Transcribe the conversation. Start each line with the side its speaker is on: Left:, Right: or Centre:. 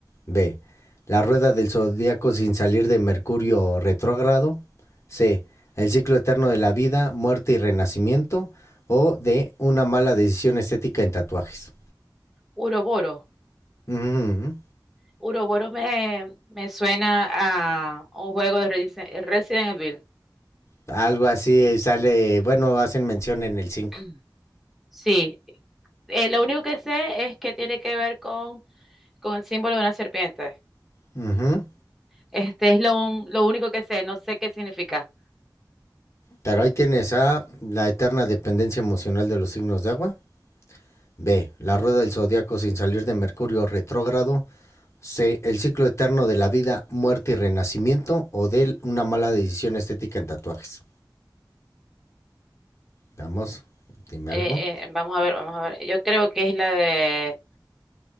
Left: B. La rueda del zodiaco sin salir de Mercurio retrógrado. C. El ciclo eterno de la vida, muerte y renacimiento. O D. Una mala decisión estética en tatuajes.
Centre: Uroboro.
Left: Ujú.
Centre: Uroboro me, me suena a un juego de Resi- Resident Evil.
Left: Algo así sale, bueno, hacen mención en el 5.
Centre: <clears throat> Sí, eh, lo único que sé es que tiene que ver con, con el símbolo de una serpiente.
Left: Ujú.
Centre: Este es lo, lo único que sé, no sé qué significa.
Left: Pero ahí tienes A, la eterna dependencia emocional de los signos de agua. B, la rueda del zodiaco sin salir de Mercurio retrógrado. C. El ciclo eterno de la vida, muerte y renacimiento. O D. Una mala decisión estética en tatuajes. Vamos, dime
Centre: Eh,
Left: algo.
Centre: eh, vamos a ver, vamos a ver. Yo creo que es la de